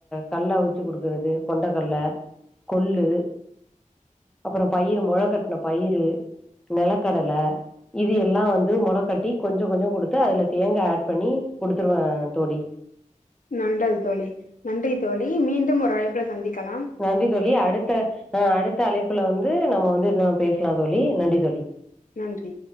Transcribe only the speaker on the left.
நல்லது தோழி நன்றி தோழி மீண்டும் ஒரு அழைப்புல சந்திக்கலாம்
நன்றி